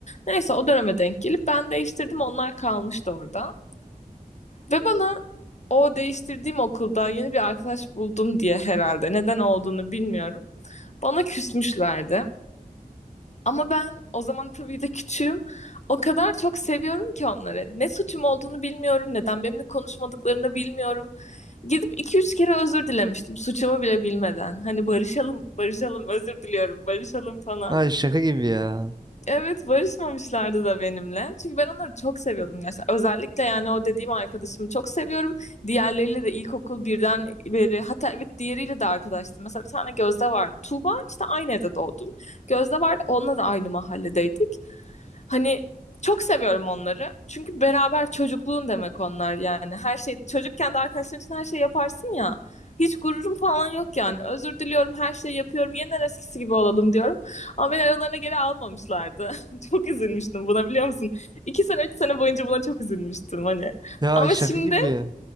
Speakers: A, on the left; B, on the right.
A: Neyse o döneme denk gelip ben değiştirdim onlar kalmıştı orada. Ve bana o değiştirdiğim okulda yeni bir arkadaş buldum diye herhalde neden olduğunu bilmiyorum. Bana küsmüşlerdi. Ama ben o zaman tabii de küçüğüm. O kadar çok seviyorum ki onları. Ne suçum olduğunu bilmiyorum, neden benimle konuşmadıklarını bilmiyorum. Gidip iki üç kere özür dilemiştim suçumu bile bilmeden. Hani barışalım, barışalım, özür diliyorum, barışalım falan.
B: Ay şaka gibi ya.
A: Evet barışmamışlardı da benimle. Çünkü ben onları çok seviyordum gerçekten. Özellikle yani o dediğim arkadaşımı çok seviyorum. Diğerleriyle de ilkokul birden beri hatta evet diğeriyle de arkadaştım. Mesela bir tane Gözde vardı. Tuğba işte aynı evde doğdum. Gözde vardı onunla da aynı mahalledeydik. Hani çok seviyorum onları. Çünkü beraber çocukluğun demek onlar yani. Her şey çocukken de arkadaşların için her şey yaparsın ya. Hiç gururum falan yok yani. Özür diliyorum, her şeyi yapıyorum. Yeniden eskisi gibi olalım diyorum. Ama beni aralarına geri almamışlardı. <laughs> Çok üzülmüştüm buna biliyor musun? İki sene, üç sene boyunca buna çok üzülmüştüm hani.
B: Ya
A: Ama
B: şaka
A: şimdi
B: gibi.